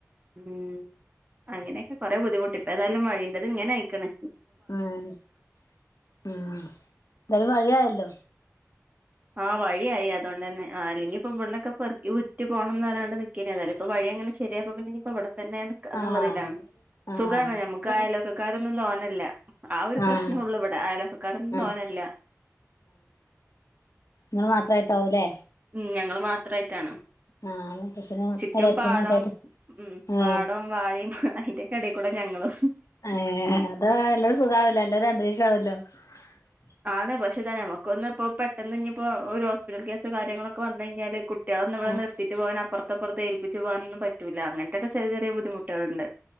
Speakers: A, on the right; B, on the left.
A: ഉം അങ്ങനൊക്കെ കൊറെ ബുദ്ധിമുട്ടി ഇപ്പൊ ഏതായാലും വഴീന്റത് ഇങ്ങനായ്ക്ക്ണ്
B: ഉം എ എന്താലും വഴിയായല്ലോ
A: ആ വഴിയായി അതോണ്ടെന്നെ ആ അല്ലെങ്കിപ്പൊ ഇവ്ട് ക്കെ പെർക്കി വിറ്റ് പോണം ന്ന് പർഞാണ്ട് നിക്കേന്ന് ഏതായാലും പ്പൊ വഴി അങ്ങനെ ശരിയപ്പോപ്പിന്നെ ഇവ്ട് ത്തെന്നെ നിക്ക
B: ആഹ്
A: ന്ന്ള്ളതിലാണ്
B: ആഹ്
A: സുഗാണ് ഞമ്മക്ക്
B: പിന്നെ
A: അയൽവക്കക്കാരൊന്നും തോന്നല്ല ആ ഒരു പ്രശ്നം
B: ആഹ്
A: ഉള്ളൂ ഇവടെ അയൽവക്കക്കാരൊന്നും
B: ആഹ്
A: തോന്നല്ല
B: ങ്ങള് മാത്രായിട്ടാവൂലെ
A: ഉം ഞങ്ങള് മാത്രായിട്ടാണ്
B: ആഹ് മൂത്തച്ഛനും
A: ചുറ്റും
B: എളയച്ഛനും
A: പാടം
B: ഒക്കെ ആയിട്ട്
A: ഉം
B: ഏഹ്
A: പാടം വാഴയും അയ്ന്റെക്കെടെക്കൂടെ ഞങ്ങളും-
B: ഏഹ് അത് നല്ലൊരു <unintelligible>
A: ആണ് പക്ഷെ ഇതാ ഞമ്മക്കൊന്ന് പ്പോ പെട്ടെന്ന് ഞ്ഞിപ്പം ഒരു ഹോസ്പിറ്റൽ കേസ് കാര്യങ്ങളൊക്കെ വന്ന് കഴിഞ്ഞാല് കു കുട്ട്യാളൊന്നും ഇവ്ടെ
B: ആഹ്
A: നിർത്തിട്ട് പോവാനോ അപ്പറത്തപ്പർത്തോ ഏൽപ്പിച്ച് പോകാനൊന്നും പറ്റൂല്ല അങ്ങനത്തൊക്കെ ചെറിയ ചെറിയ ബുദ്ധിമുട്ടാള്ണ്ട്